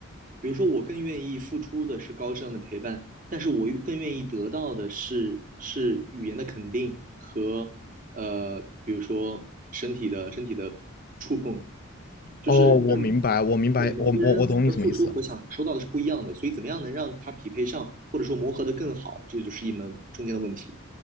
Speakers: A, on the right (about 40°); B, on the left (about 45°).
A: 比如说，我更愿意付出的是高质量的陪伴，但是我更愿意得到的是是语言的肯定和呃，比如说身体的身体的触碰，就是因为
B: 哦，我明白，我明白，
A: 对每个人的付出和想收到的是不一样的，
B: 我我我懂你什么意思，
A: 所以怎么样能让它匹配上，或者说磨合的更好，这就是一门中间的问题。